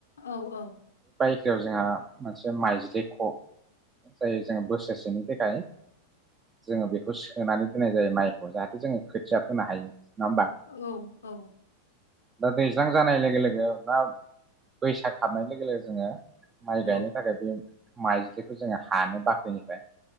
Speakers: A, on the left; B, on the right.
A: औ औ
B: खिआव जोंहा मोनसे माइज्लिख' जायो जोङो बोसोरसेनि थाखाय जोङो बेखौ सोनानै दोननाय जायो माइखौ जाहाथे जोङो खोथिया फोनो हायो। नङा होमबा
A: औ औ
B: दा दैज्लां जानाय लोगो लोगो बा बैसाग हाबनाय लोगो लोगो जोङो माय
A: औ
B: गायनो थाखायबो माइजलिखौ जोङो हानो बाख्रिनिफ्राय